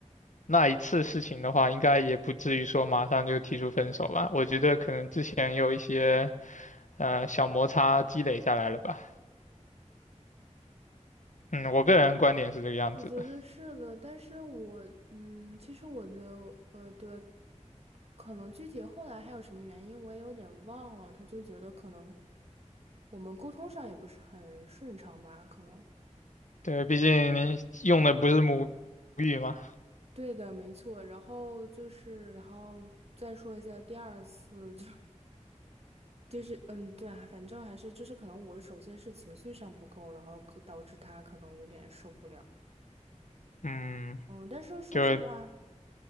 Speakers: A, on the left; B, on the right.
A: 那一次事情的话，应该也不至于说马上就提出分手吧。我觉得可能之前有一些呃小摩擦积累下来了吧。嗯，我个人观点是这个样子的。
B: 我觉得是的，但是我嗯，其实我的呃，对，可能具体后来还有什么原因，我也有点忘了。他就觉得可能我们沟通上也不是很顺畅吧，可能。
A: 对，毕竟您用的不是母语嘛。
B: 对的，没错。然后就是，然后再说一下第二次，就就是嗯，对啊，反正还是就是可能我首先是情绪上不够，然后可导致他可能有点受不了。
A: 嗯，
B: 嗯，但是说实话。
A: 就